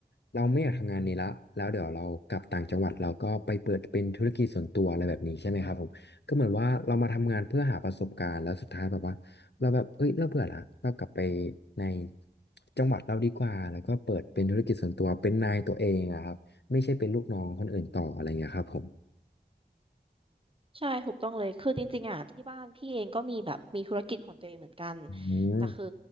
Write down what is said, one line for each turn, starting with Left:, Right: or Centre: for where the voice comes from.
Left: เราไม่อยากทำงานนี้ละแล้วเดี๋ยวเรากลับต่างจังหวัดเราก็ไปเปิดเป็นธุรกิจส่วนตัวอะไรแบบนี้ใช่ไหมครับผมก็เหมือนว่าเรามาทำงานเพื่อหาประสบการณ์แล้วสุดท้ายแบบว่าเราแบบเอ้ยเราเบื่อละเรากลับไปในจังหวัดเราดีกว่าแล้วก็เปิดเป็นธุรกิจส่วนตัวเป็นนายตัวเองอะครับไม่ใช่เป็นลูกน้องคนอื่นต่ออะไรเงี้ยครับผม
Right: ใช่ถูกต้องเลยคือจริงๆอ่ะที่บ้านพี่เองก็มีแบบมีธุรกิจของตัวเองเหมือนกัน
Left: อืม
Right: แต่คือ